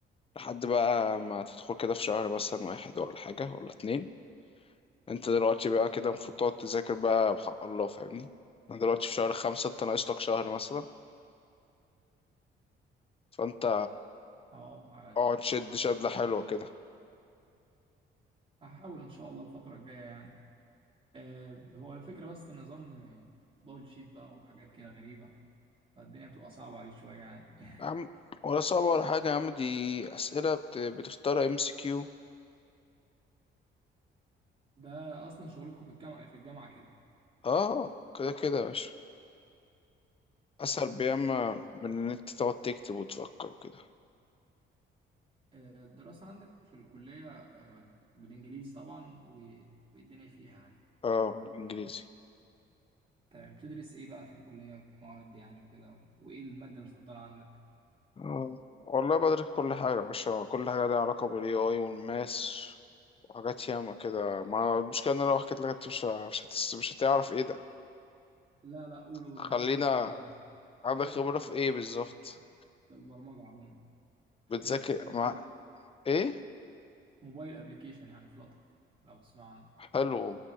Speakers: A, on the left; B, on the right.
A: لحد بقى ما تدخل كده في شهر مثلا واحد ولا حاجة ولا اتنين أنت دلوقتي بقى كده المفروض
B: اه
A: تقعد تذاكر بقى بحق الله فاهمني أنا دلوقتي في شهر خمسة أنت ناقص لك شهر مثلا فأنت
B: اه على
A: اقعد
B: التخرج
A: شد شدلة
B: اه
A: حلوة
B: على ال...
A: كده
B: هحاول ان شاء الله الفتره الجايه يعني آه هو الفكره بس النظام آه، دبل شيت بقى وحاجات كده غريبه فالدنيا بتبقى صعبه عليه شويه يعني <laughs>
A: يا عم ولا صعبة ولا حاجة يا عم دي أسئلة بت... بتختار ام سي كيو
B: ده اصلا شغلكم في الجامعه في الجامعه كده
A: اه كده كده يا باشا أسهل
B: تمام
A: بياما
B: ده بت...
A: من إن أنت تقعد تكتب وتفكر وكده
B: آه الدراسه عندك في الكليه آه بالانجليزي طبعا و... والدنيا فيها يعني
A: اه الانجليزي
B: تمام تدرس ايه بقى في الكليه مواد يعني وكده وايه الماده المفضله عندك
A: آه. والله بدرس كل حاجة يا باشا كل حاجة ليها علاقة بال AI والماس وحاجات ياما كده ما المشكلة ان انا لو حكيت لك انت مش ه- مش هتس... مش هتعرف ايه ده
B: لا لا قول قول
A: خلينا
B: انا عندي خبره كبيره يعني
A: عندك
B: عندي
A: خبرة
B: خبره
A: في
B: كبيره
A: ايه بالظبط
B: في البرمجه في البرمجة عموما في
A: بتذاكر
B: تراك
A: مع
B: موبايل
A: ايه
B: موبايل ابلكيشن يعني فلاتر لو تسمع عنه
A: حلو